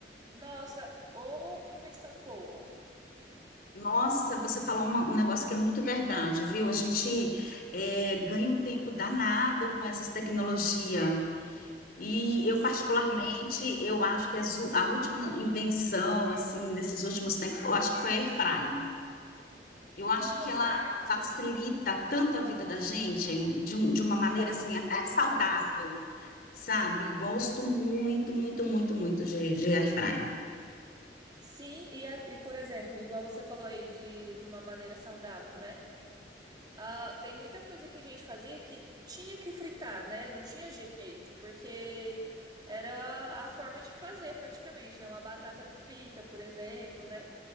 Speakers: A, on the right (about 25°); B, on the left (about 55°).
A: Nossa, ô invenção boa.
B: Nossa, você falou um, um negócio que é muito verdade, viu? A gente é, ganha um tempo danado com essas tecnologias. E eu,
A: Sim.
B: particularmente, eu acho que as u- a última invenção, assim, desses últimos tempos, eu acho que foi a airfryer. Eu acho
A: Nossa,
B: que ela
A: a air fryer
B: facilita tanto a vida da gente de, um- de uma maneira
A: facilita
B: assim até
A: demais.
B: saudável, sabe? Gosto muito, muito, muito, muito de, de air fryer.
A: Sim, e, a- e por exemplo, igual você falou aí de, de uma maneira saudável, né? Ah, tem muita coisa que a gente fazia que tinha que fritar, né? Não tinha jeito, porque era a forma de fazer praticamente, né? Uma batata frita, por exemplo, né?